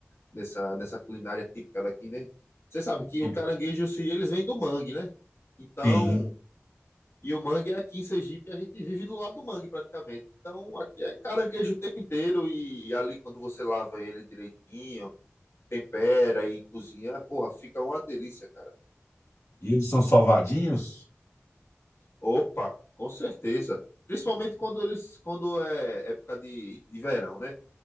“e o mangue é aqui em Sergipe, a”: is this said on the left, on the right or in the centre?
Left